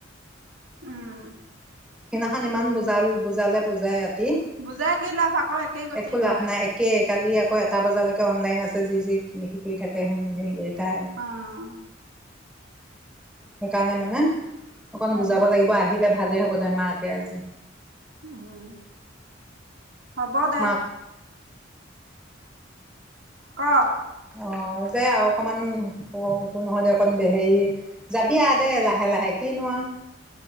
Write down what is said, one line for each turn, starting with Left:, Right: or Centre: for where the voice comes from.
Right: উম!
Centre: সিদিনাখন ইমান বুজাল, বুজালে, বুজাই তি
Right: বুজাই কি লাভ আকৌ একেই গতি
Centre: একো লাভ
Right: হয়
Centre: নাই, একে, কালি আকৌ আকৌ এটা বজালৈকে অনলাইন আছে, যি যি লেখি কৰি থাকে, হেৰি কৰি থাক তাই।
Right: অঁ
Centre: সেইকাৰণে মানে অকণ বুজাব
Right: অঁ
Centre: লাগিব আহিলে ভালে হ'ব তেতিয়া। জমাকে আজি
Right: উম, হ'ব দে।
Centre: মাক
Right: ক!
Centre: অ' দে আৰু অকমান, একো নহয় দে, অকণ হেৰি, যাবি আৰু দে, লাহে লাহে কিনো আৰু।